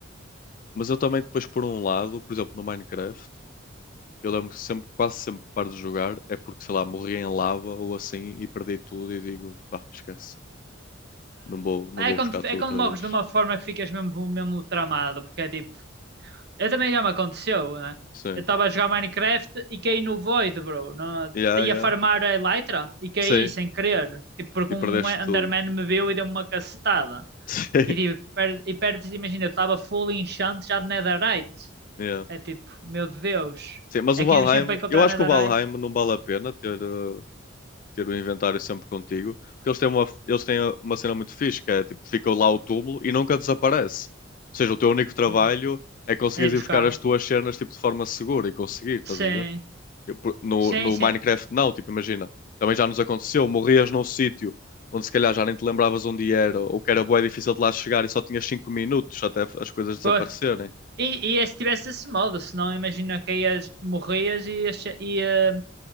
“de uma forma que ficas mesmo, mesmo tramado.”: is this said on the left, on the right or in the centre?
Right